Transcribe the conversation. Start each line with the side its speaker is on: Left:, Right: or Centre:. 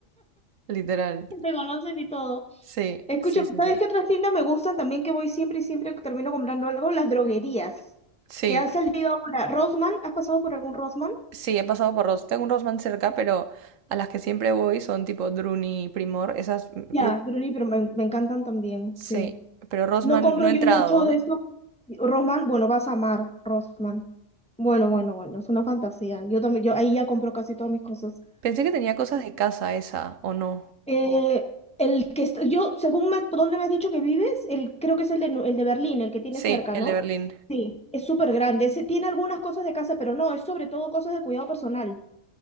Right: Literal.
Centre: te conocen y todo.
Right: Sí,
Centre: Escucha,
Right: sí, sí,
Centre: ¿sabes
Right: sí.
Centre: qué otras tiendas me gustan también que voy siempre y siempre que termino comprando algo? Las droguerías,
Right: Sí,
Centre: que han salido ahora. Rosman, ¿has pasado por algún Rosman?
Right: Sí, he pasado por Ross. Tengo un Rossmann cerca, pero a las que siempre voy son tipo Druni, Primor, esas, mm,
Centre: Ya,
Right: uf,
Centre: Druli, pero me, me encantan también,
Right: sí.
Centre: sí.
Right: Pero Rossmann
Centre: No compro
Right: no he
Centre: yo
Right: entrado.
Centre: mucho de esto. Rosman, bueno, vas a amar Rosman. Bueno, bueno, bueno, es una fantasía. Yo también, yo ahí ya compro casi todas mis cosas.
Right: Pensé que tenía cosas de casa esa, ¿o no?
Centre: Eh, el que está, yo, según me- por dónde me has dicho que vives, el, creo que es el de, Nu- el de Berlín, el que tiene
Right: Sí,
Centre: cerca,
Right: el
Centre: ¿no?
Right: de Berlín.
Centre: Sí, Es súper grande. Ese tiene algunas cosas de casa, pero no, es sobre todo cosas de cuidado personal.